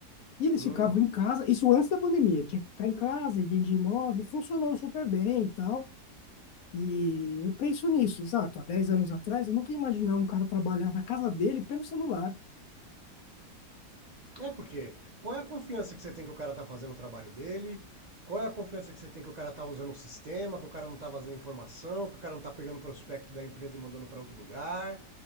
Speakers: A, on the left (about 65°); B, on the right (about 50°).
A: E eles
B: Hum.
A: ficavam em casa, isso antes da pandemia, tinha que ficar em casa e vender imóvel, e funcionou super bem e tal. E eu penso nisso, exato. Há 10 anos atrás, eu nunca ia imaginar um cara trabalhar na casa dele pelo celular.
B: É porque qual é a confiança que você tem que o cara tá fazendo o trabalho dele? Qual é a confiança que você tem que o cara tá usando um sistema, que o cara não tá vazando informação, que o cara não tá pegando o prospecto da empresa e mandando para outro lugar?